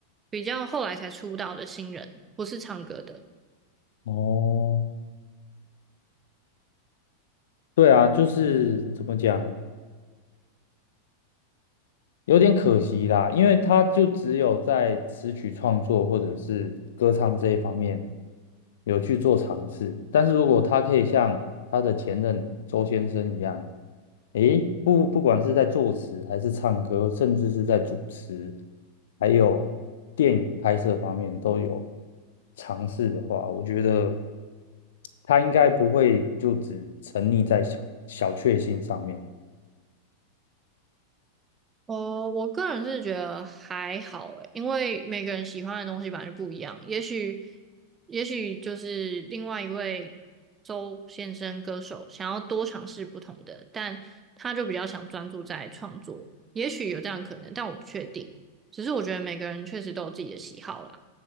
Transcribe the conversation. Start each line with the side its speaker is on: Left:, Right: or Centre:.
Right: 比较后来才出道的新人，不是唱歌的。
Left: 哦，对啊，就是怎么讲？有点可惜啦，因为他就只有在词曲创作或者是歌唱这一方面有去做尝试，但是如果他可以像他的前任周先生一样，诶，不不管是在作词还是唱歌，甚至是在主持，还有电影拍摄方面都有尝试的话，我觉得他应该不会就只沉溺在小小确幸上面。
Right: 哦，我个人是觉得还好诶，因为每个人喜欢的东西本来就不一样。也许，也许就是另外一位周先生歌手想要多尝试不同的，但他就比较想专注在创作。也许有这样的可能，但我不确定。只是我觉得每个人确实都有自己的喜好啦。